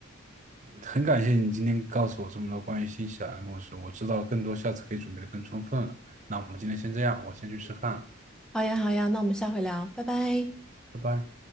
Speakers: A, on the right; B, in the centre.
A: 很感谢你今天告诉我这么多关于新西兰的故事，我知道更多，下次可以准备的更充分了。那我们今天先这样，我先去吃饭了，
B: 好呀，好呀，那我们下回聊，拜拜。
A: 拜拜。